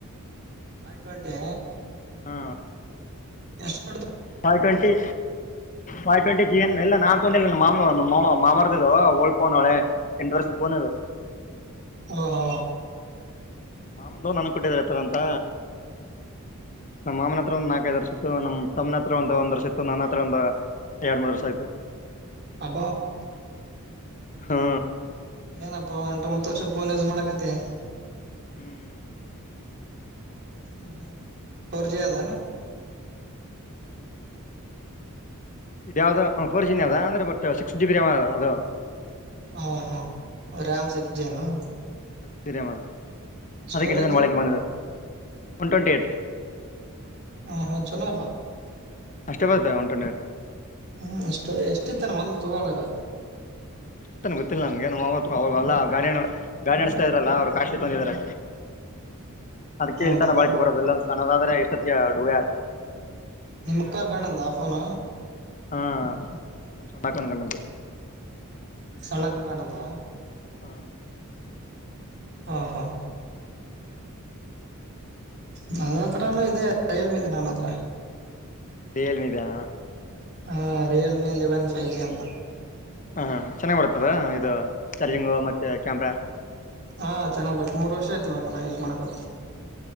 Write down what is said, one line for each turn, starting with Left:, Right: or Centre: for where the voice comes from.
Right: ಆಯ್ತು ಒಂಟೆ
Left: ಹಾ
Right: ಎಷ್ಟ
Left: ವೈ ಟ್ವೆಂಟಿ ಮ ಟ್ವೆಂಟಿ ಜೀವನ್ ಎಲ್ಲ ನಾನ್ ತಂದ ಮಾ ಮಾ ಮಾಮರದದು ಓಲ್ಡ್ಫೋನ್ಳೆ ಎಂಟು ವರ್ಷದ ಬೋದು
Right: ಹ್ಮ ಹಾ
Left: ಮಾಮಂದ ನನ್ ಕೊಟ್ಟಿದ್ರತವ ಅಂತ ನಮ್ಮ ಮಾಮನ ಹತ್ರ ಒ ನಾಲ್ಕೈದು ವರ್ಷದ ನಮಮ್ಮ ತಮ್ಮನ ಹತ್ರ ಒಂದು ಒಂದ್ ವರ್ಷ ಇತ್ತು ನನ್ನ ಹತ್ರ ಒಂದು ಎರಡ್ ಮೂರು ವರ್ಷ ಆಯ್ತು
Right: ಅಬ
Left: ಹಾ
Right: ಏನಪ್ಪ ಎಂಟೊಂಬತ್ತು ವರ್ಷ ಫೋನ್ ಯೂಸ್ ಮಾಡಕತ್ತೆ
Left: ಹ್ಮ್್ಮ
Right: ಹ್ಮ ಹ್ಮ ಹರ ಜದ
Left: ಯಾವ್ದ ಫೋರ್ ಜ ಅದ ಅಂದ್ರೆ but six G B RAM ಅದ ಅದು
Right: ಹ ಹಾ ರಾಮ ಸಿಕ್ ಜೇನು
Left: ಸರಿಯದು
Right: ಸ್ಟೋರೇಜ್
Left: ಅದಕ್ಕೆ ಒಳಕೆ ಬಂದ ಒನ್ ಟ್ವೆಂಟಿ ಏಟ್
Right: ಹ ಹ ಚಲೋ ಬ
Left: ಅಷ್ಟೇ ಬರ್ತದೆ ಒಂಟೊಂಡೆಡ್
Right: ಹ್ಮ್ ಎಷ್ಟ ಎಷ್ಟಿತ್ತಾರ ಮೊದ್ಲು ತಗೊಳಾಗ
Left: ಎಷ್ಟ್ ನ ಗೊತ್ತಿಲ್ಲ ನಮ್ಗೆ <unintelligible> ನಮ್ಮ ಅವತ್ತು ಅವ್ರಲ್ಲಾ ಗಾಡಿ ಗಾಡಿ ನಡೆಸ್ತಾ ಇದ್ರಲ್ಲ ಅವ್ರು ಕಾಸ್ಟ್ಲಿ ತಂದಿದ್ದಾರೆ.
Right: <inaudible>
Left: ಅದ್ ಕೇಳ್ತಾನ
Right: ಹೌದಾ
Left: ಬಳಕೆ ಬರೋದು ಇಲ್ಲೊಂದ್ ಸಣ್ಣದಾದ್ರೆ ಇಷ್ಟೊತ್ತ ಅಡುಗ ಆಯತಿತತ್ತು
Right: ನಿಮ್ಮಕ್ಕಾಾರ್ಕಣ ಅಂದಾಫೋನ
Left: ಹಾಸೊಂಡಕಣ ಕಣ
Right: ಸ್ಣಕಣಕಾಣಂತ
Left: ಹ್ಮ
Right: ಹಾ ಹಾ ನದ ಹತ್ರಾನು ಇದೆ ಏಲ್ಮ ಇದೆ ನನ್ನ ಹತ್ರ
Left: ರಿಯಲ್ಮದಾ
Right: ಹಾ ರಿಯಲ್ಮಿ ಲೆವೆನ್ ಫೈವ್ ಜಿ ಅಂತ.
Left: ಹಾ ಹ ಚೆನ್ನಾಗ್ ಬರ್ತದ ಇದು ಚಾರ್ಜಿಂಗ್ ಮತ್ತೆ ಕ್ಯಾಮ್ರಾ?
Right: ಹಾ ಚೆನ್ನಾಗಿ ಬರುತ್ತೆ ಮೂರ್ ವರ್ಷ ಆಯ್ತು ಇವಾಗ ನಾ ಯುಸ್ ಮಾಡಕತ್